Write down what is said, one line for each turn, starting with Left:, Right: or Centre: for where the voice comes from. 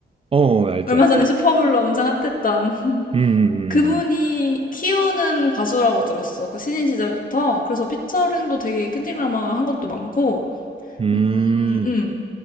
Right: 어, 어, 알지,
Left: 얼마
Right: 알지.
Left: 전에 슈퍼블로 엄청 핫했던. <laughs>
Right: 음, 음,
Left: 그분이
Right: 음,
Left: 키우는 가수라고 들었어. 그 신인 시절부터. 그래서 피처링도 되게 캔디라마가 한 것도 많고,
Right: 음,
Left: 음, 음.
Right: 음, 음,